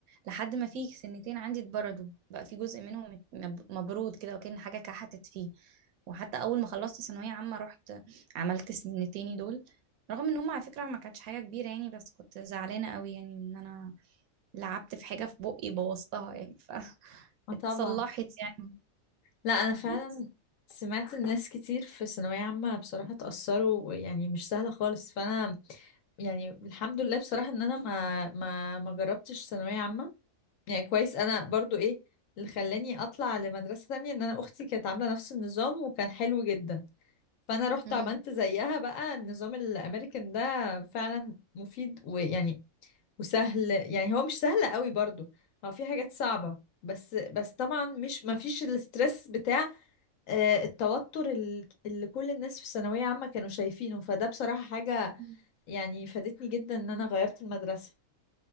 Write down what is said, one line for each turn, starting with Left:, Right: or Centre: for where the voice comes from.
Right: لحد ما في سنتين عندي اتبردوا بقى في جزء منهم مب- مبرود كده وكأن حاجه كحتت فيه وحتى اول ما خلصت ثانويه عامه رحت عملت سنتين دول رغم ان هم على فكره ما كانتش حاجه كبيره يعني بس كنت زعلانه قوي يعني ان انا لعبت في حاجة في بقي بوظتها يعني
Left: اه
Right: فاتصلحت
Left: طبعا
Right: يعني
Left: لا انا فعلا
Right: بس
Left: سمعت الناس كتير في ثانوية عامة بصراحة اتأثروا يعني مش سهلة خالص فانا يعني الحمد لله بصراحة ان انا ما ما ما جربتش ثانوية عامة يعني كويس انا برضو ايه اللي خلاني اطلع لمدرسة تانية ان انا اختي كانت عاملة نفس النظام وكان حلو جدا فانا رحت
Right: مم.
Left: عملت زيها بقى النظام الامريكان ده فعلا مفيد ويعني وسهل يعني هو مش سهل قوي برضو هو في حاجات صعبة بس بس طبعا مش ما فيش الاسترس بتاع آه، التوتر ال- اللي كل الناس في ثانوية عامة كانوا شايفينه فده بصراحة حاجة
Right: مم.
Left: يعني فادتني جدا ان انا غيرت المدرسة